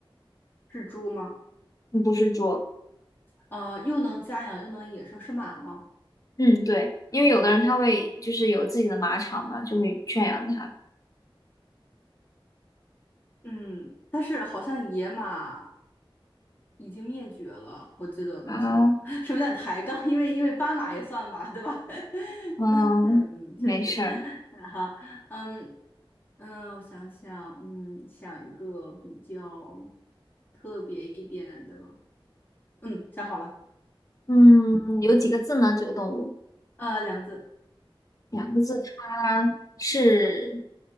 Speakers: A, on the left; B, on the left.
A: 是猪吗？
B: 嗯不是桌。
A: 呃，又能家养又能野生是马吗？
B: 嗯，对，因为有的人他会就是有自己的马场嘛，就会圈养它
A: 嗯，但是好像野马已经灭绝了，我记得没错的话，
B: 啊。
A: <laughs> 是不是有点抬杠？<laughs> 因为因为斑马也算马，对吧？<laughs>
B: 嗯，
A: 嗯，
B: 没事儿。
A: 确实，<laughs> 嗯好，嗯，嗯，我想想，嗯，想一个比较特别一点的，嗯，想好了，
B: 嗯，有几个字呢？这个动物
A: 呃，两个字，
B: 两个字，它是